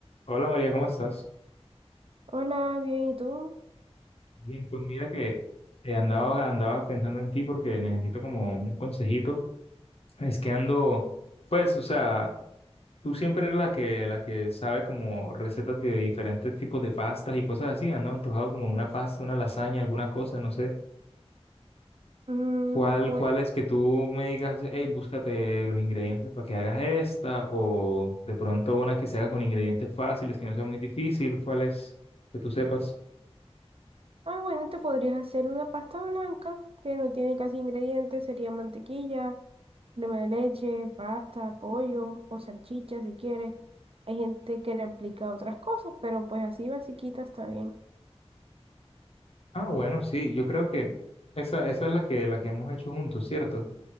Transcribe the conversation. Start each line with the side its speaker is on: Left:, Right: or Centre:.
Left: Hola María, ¿cómo estás?
Right: Hola, bien, ¿y tú?
Left: Bien, pues mira que eh, andaba, andaba pensando en ti porque necesito como un consejito. Es que ando, pues, o sea, tú siempre eres la que, la que sabe como recetas de diferentes tipos de pastas y cosas así. Ando antojado como una pasta, una lasaña, alguna cosa? no sé.
Right: Mm,
Left: ¿Cuál,
Right: bueno.
Left: cuál es que tú me digas, hey, búscate los ingredientes para que hagas esta? O de pronto una que se haga con ingredientes fáciles, que no sea muy difícil. ¿Cuál es que tú sepas?
Right: Ah, bueno, te podrías hacer una pasta blanca que no tiene casi ingredientes, sería mantequilla, crema de leche, pasta, pollo o salchicha si quieres. Hay gente que le aplica otras cosas, pero pues así basiquita está bien.
Left: Ah, bueno, sí, yo creo que esa, esa es la que, la que hemos hecho juntos, ¿cierto?